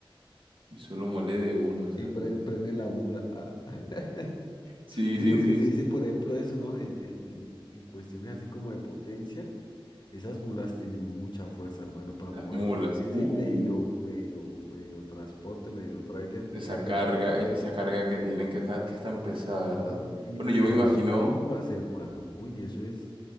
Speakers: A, on the right; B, on the left.
A: Eso lo muele de uno. o sea,
B: y pre-
A: una-
B: prenden la mula. ah. <laughs>
A: Sí,
B: Uy,
A: sí,
B: o
A: sí,
B: qué se
A: sí.
B: dice, por ejemplo, eso, ¿no? En, en, en, en cuestiones así como de potencia, esas mulas tienen mucha fuerza, hermano, para
A: Las
B: mover
A: mulas.
B: ese
A: Uh.
B: medio, medio, medio transporte, medio tráiler que
A: Esa
B: cargan
A: carga,
B: atrás.
A: e- esa carga que tienen que, está que es tan pesada,
B: Claro,
A: ¿verdad?
B: y,
A: Bueno, yo
B: y en
A: me imagino
B: las curvas, hermano. Uy, eso es